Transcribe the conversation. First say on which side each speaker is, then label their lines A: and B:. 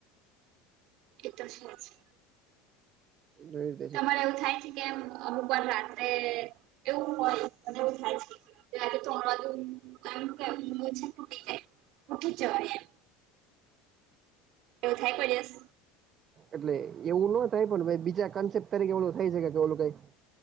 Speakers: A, on the right; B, on the right.
A: એકદમ સાચી.
B: જો
A: તમારે એવું થાય છે કેમ અમુક વાર રાત્રે એવું હોય મ એવું થાય છે. ે તોું <unintelligible> એમ છે તૂટી જાય ઉઠું જ જવાનું એમ એવું થઈ પડી જસ
B: એટલે એવું ન થાય પણ બીજા કન્સેપ્ટ તરીકે ઓલું થાય છેકે કે ઓલું કઈ